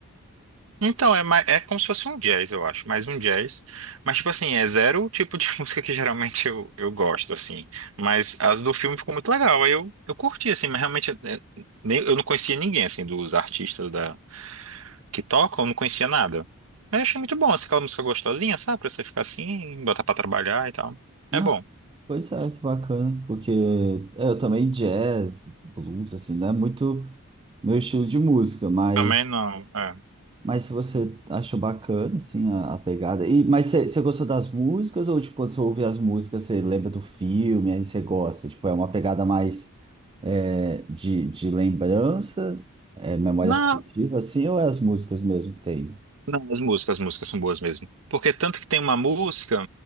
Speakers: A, on the right; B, on the right.
A: Então, é, mais, é como se fosse um jazz, eu acho, mais um jazz. Mas, tipo assim, é zero o tipo de <laughs> música que geralmente eu, eu gosto, assim. Mas as do filme ficou muito legal, aí eu, eu curti, assim, mas realmente é, é, nem- eu não conhecia ninguém, assim, dos artistas da, que tocam, eu não conhecia nada. Mas eu achei muito bom, assim, aquela música gostosinha, sabe? Pra você ficar assim, botar pra trabalhar e tal. É
B: Ah,
A: bom.
B: pois é, que bacana. Porque é, eu também jazz, blues, assim, não é muito meu estilo de música, mas,
A: Também não, é.
B: mas se você acha bacana, assim, a, a pegada. E, mas você você gostou das músicas ou, tipo, quando você ouve as músicas, você lembra do filme, aí você gosta? Tipo, é uma pegada mais. é, de, de lembrança, é, memória
A: Não,
B: afetiva, assim, ou é as músicas mesmo que tem?
A: Não, as músicas, as músicas são boas mesmo. Porque tanto que tem uma música,